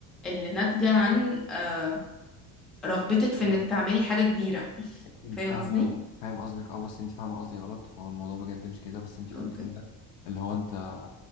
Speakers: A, in the centre; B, on the left.
A: اللي ناتجة عن آه، رغبتك في
B: مم.
A: إنك تعملي حاجة كبيرة
B: انت
A: فاهم
B: فاهمه
A: قصدي؟
B: فاهم قصدك اه بس انت فاهمه قصدي غلط هو الموضوع بجد مش كده بس انت قلت
A: اوكي
B: جمله اللي هو انت